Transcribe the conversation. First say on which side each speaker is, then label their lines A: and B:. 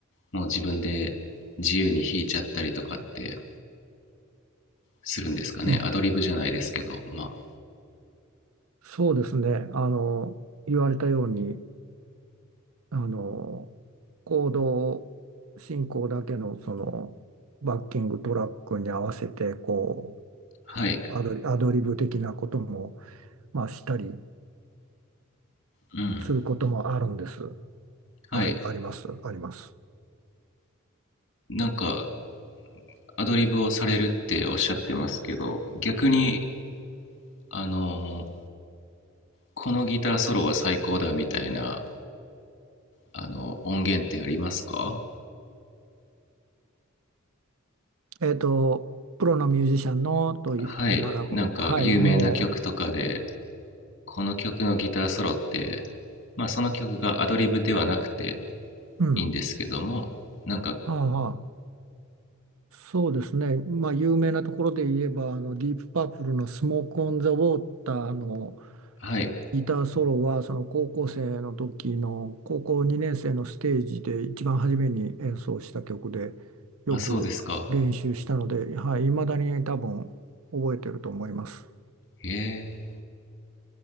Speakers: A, on the left; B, on the right.
A: もう自分で自由に弾いちゃったりとかってするんですかねアドリブじゃないですけどま
B: ええ、そうですね。あの、言われたように、あの、コード進行だけのそのバッキングトラックに合わせて、こ
A: あはい
B: う、アドリ、アドリブ的なことも、まあ、したり
A: うん
B: することもあるんです。
A: はい
B: はい、あります、あります。
A: なんかアドリブをされるっておっしゃってますけど逆にあのこのギターソロは最高だみたいなあの音源ってありますか
B: えっと、プロのミュージシャンのというならもう、
A: はいなんか有名な曲とかで
B: はい、も
A: この曲のギターソロってまあその曲がアドリブではなくて
B: う、うん、
A: いいんですけども、なんか、
B: はあはあ、そうですね、まあ、有名なところで言えば、あのディープパープルのスモーク・オン・ザ・ウォーターの
A: はい、
B: ギターソロは、その高校生の時の高校2年生のステージで一番初めに演奏した曲で、よく練習したので、
A: あ、そうですか。
B: はい、未だに多分覚えてると思います。
A: へえ。